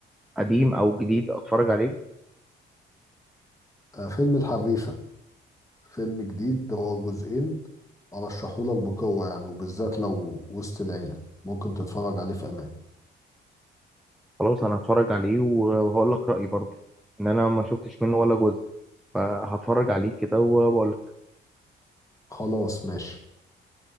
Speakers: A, in the centre; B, on the left.
A: قديم او جديد اتفرج عليه
B: آه، فيلم الحريفة فيلم جديد هو جزئين أرشحهولك بقوة يعني وبالذات لو وسط العيلة ممكن تتفرج عليه في أمان
A: خلاص انا هتفرج عليه وهقول لك رايي برضه ان انا ما شفتش منه ولا جزء فهتفرج عليه كده وبقول لك
B: خلاص ماشي